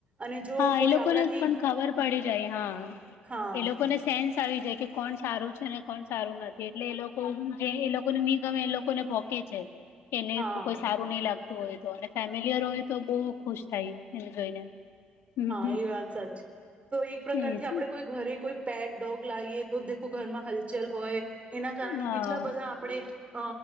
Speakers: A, on the right (about 30°); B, on the left (about 60°).
A: અને જો
B: હા
A: કોઈ
B: એ લોકોને
A: આપણાથી
B: પણ ખબર પડી જાય હા
A: હા
B: એ લોકોને સેન્સ આવી જાય. કે કોણ સારું છે ને કોણ સારું નથી એટલે એ લોકો જે એ લોકોને નિગમે એ લોકોને ભોકી જાય. એને
A: હા
B: કોઈ સારું નહી લાગતું હોય તો અને ફેમિલીયર હોય તો બવ ખુશ થાય એને જોઈને. હમ
A: હા
B: હમ
A: એ વાત સાચી તો એક પ્રકારથી
B: એજ
A: આપડે કોઈ ઘરે કોઈ પેટ ડોગ લાઈએ તો આખું ઘરમાં હલચલ હોય એના કારણે
B: હા
A: કેટલા બધા આપડે. અ